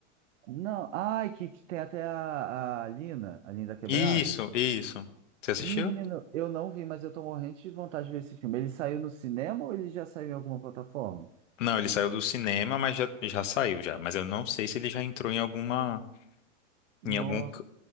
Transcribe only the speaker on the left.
Isso, isso. Você assistiu?
Não, ele saiu do cinema, mas já, já saiu já. Mas eu não sei se ele já entrou em alguma,
em algum. c-